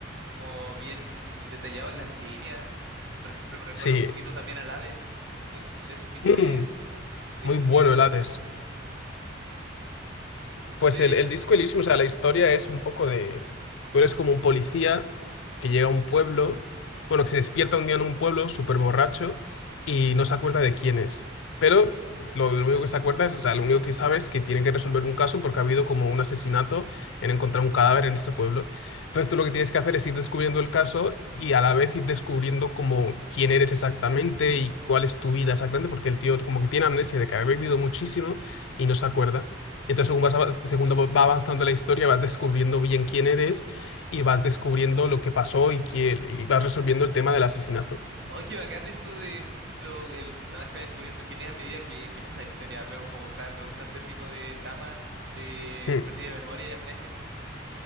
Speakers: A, on the right; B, on the left.
A: como bien detallado en las líneas. Por ejemplo, me recuerda
B: Sí.
A: un poquito también al Hades, con ese tipo
B: Mm,
A: de, de
B: muy
A: estética
B: bueno
A: de los
B: el
A: personajes.
B: Hades.
A: No
B: Pues
A: sé,
B: el, el disco Elysium, o sea, la historia es un poco de... Tú eres como un policía que llega a un pueblo, bueno, que se despierta un día en un pueblo súper borracho y no se acuerda de quién es. Pero lo, lo único que se acuerda es, o sea, lo único que sabe es que tiene que resolver un caso porque ha habido como un asesinato en encontrar un cadáver en ese pueblo. Entonces tú lo que tienes que hacer es ir descubriendo el caso y a la vez ir descubriendo como quién eres exactamente y cuál es tu vida exactamente, porque el tío como que tiene amnesia de que ha bebido muchísimo y no se acuerda. Entonces, según vas, ava- según va avanzando la historia, vas descubriendo bien quién eres y vas descubriendo lo que pasó y, quién- y vas resolviendo el tema del asesinato.
A: ¡ay, qué bacán eso de, por ejemplo, el personaje va descubriendo quién es a medida que, que pasa la historia! Me, me gusta, me gusta ese tipo de trama de
B: Mm.
A: pérdida de memoria y amnesia.